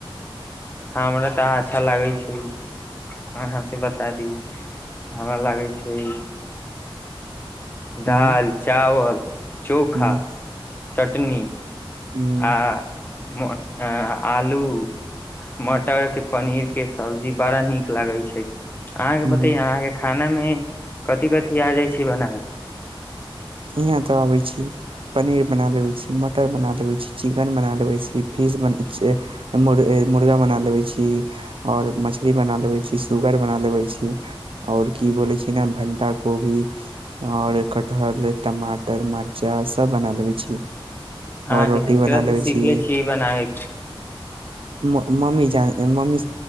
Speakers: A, on the left; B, on the right.
A: हमरा तऽ अच्छा लागै छै। अहाँ से बता दी हमरा लागे छै
B: ह्म्म
A: दाल, चावल, चोखा,
B: ह्म्म
A: चटनी
B: ह्म्म
A: आ म आ आलू। मटर के पनीर के सब्जी बड़ा नीक लागे छै। आहाँके बतैया
B: ह्म्म।
A: आहाँके खाना मे कथि- कथि आ जाय छै बना?
B: यहाँ तऽ आबेै छी पनीर बना लेवे छी मटन बना लेवे छी चिकेन बना लेवे छी। फीस बन मुर-मुर्गा बना लेबे छी। और मछली बना लेवे छी सुगर बना लेवै छी। और की बोले छी ने भण्टा कोबी और कटहल। टमाटर मरचा सब बना लेबेै छी।
A: आहाँके
B: और रोटी
A: किकड़ा
B: बना
A: से
B: लेबे
A: सिखले
B: छी
A: छियै ई बनाबे के?
B: म मम्मी जाय मम्मी